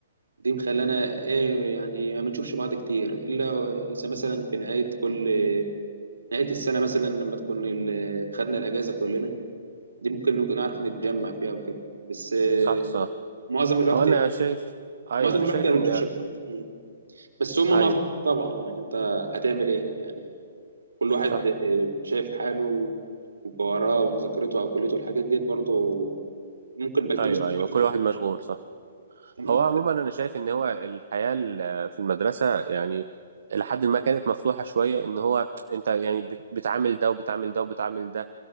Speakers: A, on the right; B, on the right.
A: دي مخلانا إيه يعني ما بنشوفش بعض كتير إلا إذا مثلا في نهاية كل نهاية السنة مثلا لما تكون ال- خدنا الأجازة كلنا دي ممكن نكون نعرف نتجمع فيها وكده بس آه،
B: صح صح
A: معظم الوقت
B: هو أنا شايف أيوه
A: معظم
B: أنا
A: الوقت
B: شايف
A: ما بنشوفش
B: إن
A: بعض بس هما
B: أيوه
A: معظم طبعا يعني أنت هتعمل إيه يعني كل
B: صح
A: واحد آه، شايف حاله وبقى وراه ومذاكرته او كليته والحاجات ديت برضه ممكن بلتمس
B: أيوه أيوه
A: أكتر
B: كل واحد
A: فيه
B: مشغول صح
A: تمام.
B: هو عموما انا شايف ان هو الحياه ال- في المدرسه يعني لحد ما كانت مفتوحه شويه ان هو انت يعني بت- بتعامل ده وبتعامل ده وبتعامل ده